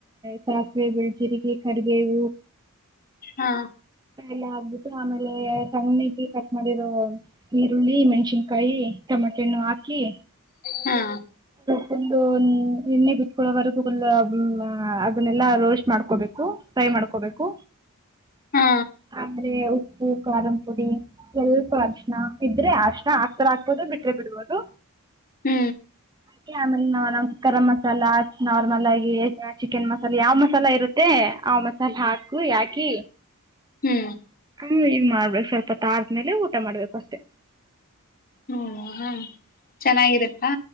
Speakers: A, on the right; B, on the left.
A: ಸಾಸಿವೆ ಬಿಳ್ ಜೀರಿಗೆ ಕರ್ಬೇವು
B: ಹಾ
A: ಎಲ್ಲ ಹಾಕ್ಬಿಟ್ಟು ಆಮೇಲೆ ಸಣ್ಣುಕೆ ಕಟ್ ಮಾಡಿರೋ ಈರುಳ್ಳಿ ಮೆಣ್ಸಿನ್ಕಾಯಿ ಟೊಮಾಟೆ ಹಣ್ಣು ಹಾಕಿ
B: ಹಾ
A: ಫ ಎಣ್ಣೆ ಬಿತ್ಕೊಳ್ಳವರೆಗು <unintelligible> ಅದನ್ನೆಲ್ಲಾ ರೋಸ್ಟ್ ಮಾಡ್ಕೊಬೇ ಫ್ರೈ ಮಾಡ್ಕೋಬೇಕು
B: ಹಾ
A: ಆಮೇಲೆ ಉಪ್ಪು ಕಾರನ್ ಪುಡಿ ಸ್ವಲ್ಪ ಅರಿಶಿಣ ಇದ್ರೆ ಅರಶಿನ ಹಾಕ್ದ್ರೆ ಹಾಕ್ಬೋದು ಬಿಟ್ರೆ ಬಿಡ್ಬೋದು.
B: ಹ್ಮ್
A: ಕಿ ಆಮೇಲೆ ನಾವ ನಮ್ ಗರಂ ಮಸಾಲಾ ನಾರ್ಮಲ್ ಆಗಿ ಚಿಕನ್ ಮಸಾಲ ಯಾವ್ ಮಸಾಲ ಇರುತ್ತೆ ಆ ಮಸಾಲ ಹಾಕು ಯಾಕಿ
B: ಹ್ಮ್
A: ಹ್ಮ ಇದ ಮಾಡ್ಬೇಕ್ ಸ್ವಲ್ಪ ಹೊತ್ತಾದ ಮೇಲೆ ಊಟ ಮಾಡ್ಬೇಕಷ್ಟೆ.
B: ಓ ಹೊ ಚೆನ್ನಾಗಿರತ್ತಾ